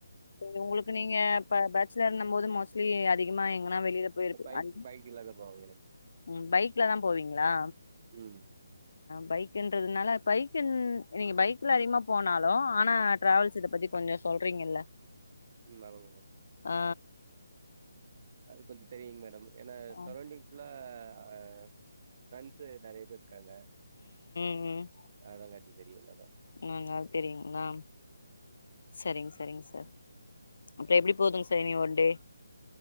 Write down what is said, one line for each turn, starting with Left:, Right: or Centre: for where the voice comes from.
Left: செரி உங்குளுக்கு நீங்க இப்ப பேச் ல இர்ந்தம் போது மோஸ்ட்லி அதிகமா எங்கனா வெளில போயிருது
Right: பைக்
Left: அன்
Right: பைக் இல்லாத போவாங்க மேடம்
Left: உம் பைக் ல தா போவீங்ளா
Right: உம்
Left: பைக்கின்றதுனால பைக்கின் நீங்க பைக்ல அதிகமா போனாலோ ஆனா டிராவல்ஸ் இத பத்தி கொஞ்ச சொல்றீங்கில்ல
Right: உம் <unintelligible>
Left: ஆ
Right: அது கொஞ்சோ தெரியின் மேடம் ஏனா
Left: ம்
Right: சரௌண்டிங் ஃபுல்லா ஆ ச்ச ஃப்ரெண்ட்ஸ்சு நெறைய பேர் காங்க
Left: உ
Right: ஆலங்கட்டி தெரியுதான
Left: நாங்க தெரியுங்க நாம் செரிங்க செரிங்க சார் அப்புற எப்டி போதுங்க சா இனி ஒன்டே